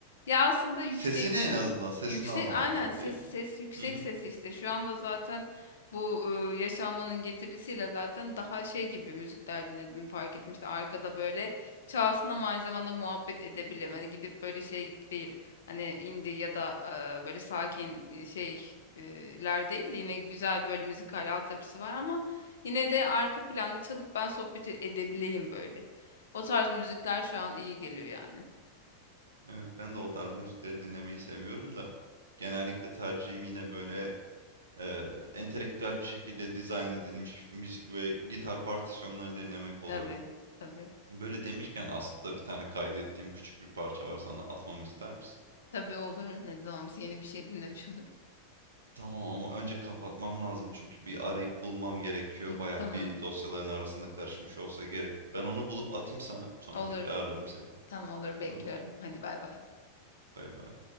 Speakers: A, on the left; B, on the right.
A: Ya aslında yüksek
B: Sesini en azından sesini
A: Yüksek
B: azaltmalı
A: aynen ses
B: diyelim.
A: ses yüksek
B: Hı hı.
A: ses işte şu anda zaten bu e, yaşanmanın getirisiyle zaten daha şey gibi müzikler dinledim fark ettim işte arkada böyle çalsın ama aynı zamanda muhabbet edebilirim hani gidip böyle şey değil hani indie ya da e, böyle sakin e, şey e, ler değil de yine güzel böyle müzikal altyapısı var ama yine de arka planda çalıp ben sohbet e-, edebileyim böyle o tarz müzikler şu an iyi geliyor yani
B: Evet ben de o tarz müzikleri dinlemeyi seviyorum da genellikle tercihim yine böyle e, entelektüel bir şekilde dizayn edilmiş müzik ve gitar partisyonları dinlemek oluyor.
A: tabii tabii.
B: Böyle demişken aslında bir tane kaydettiğim küçük bir parça var sana atmamı ister misin?
A: Tabii olur. Neden olmasın? Yeni bir şey dinlemiş olurum.
B: Tamam ama önce kapatmam lazım çünkü bir arayıp bulmam gerekiyor.
A: <laughs>
B: Baya
A: Tamam.
B: bir dosyaların arasında karışmış olsa gerek. Ben onu bulup atayım sana sonra
A: Olur.
B: tekrar ararım seni.
A: Tamam olur. Bekliyorum.
B: Olur mu?
A: Hadi bay bay.
B: Bay bay.